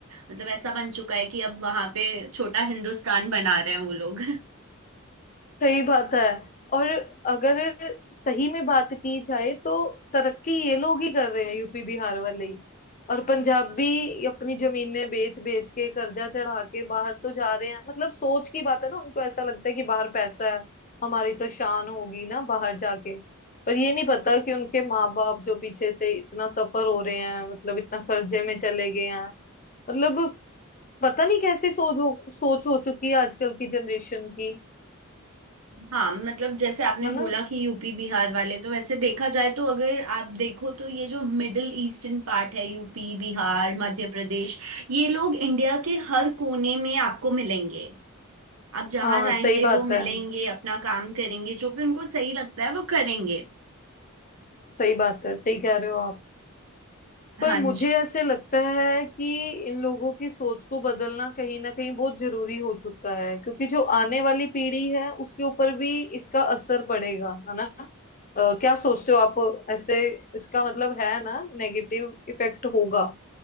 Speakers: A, on the right; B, on the left.
A: मतलब ऐसा बन चुका है कि अब वहां पे छोटा हिंदुस्तान बना रहे हैं वो लोग <laughs>
B: सही बात है और अगर सही में बात की जाए तो तरक्की ये लोग ही कर रहे हैं यूपी बिहार वाले ही और पंजाब भी अपनी जमीनें बेच बेच के कर्जा चढ़ा के बाहर तो जा रहे हैं मतलब सोच की बात है ना उनको ऐसा लगता है कि बाहर पैसा है हमारी तो शान होगी ना बाहर जाके पर ये नहीं पता कि उनके माँ बाप जो पीछे से इतना सफर हो रहे हैं मतलब इतना कर्जे में चले गए हैं मतलब पता नहीं कैसी सोच हो सोच हो चुकी है आजकल की जनरेशन की
A: हाँ मतलब जैसे आपने
B: है
A: बोला
B: ना
A: कि यूपी बिहार वाले तो वैसे देखा जाए तो अगर आप देखो तो ये जो मिडिल ईस्टर्न पार्ट है यूपी बिहार मध्य प्रदेश ये लोग इंडिया के हर कोने में आपको मिलेंगे आप जहां
B: हाँ
A: जाएंगे
B: सही बात
A: वो मिलेंगे
B: है
A: अपना काम करेंगे जो भी उनको सही लगता है वो करेंगे
B: सही बात है सही कह रहे हो आप
A: हाँ
B: पर मुझे
A: जी
B: ऐसे लगता है कि इन लोगों की सोच को बदलना कहीं ना कहीं बहुत जरूरी हो चुका है क्योंकि जो आने वाली पीढ़ी है उसके ऊपर भी इसका असर पड़ेगा है ना अ, क्या सोचते हो आप ऐसे इसका मतलब है ना नेगेटिव इफेक्ट होगा